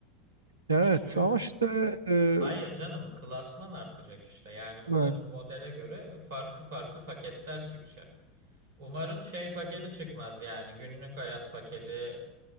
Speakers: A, on the right; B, on the right.
A: Evet
B: Ya şöyle.
A: ama işte e,
B: Hayır canım, klasman artacak işte. Yani bunların
A: Evet.
B: modele göre farklı farklı paketler çıkacak. Umarım şey paketi çıkmaz yani günlük hayat paketi,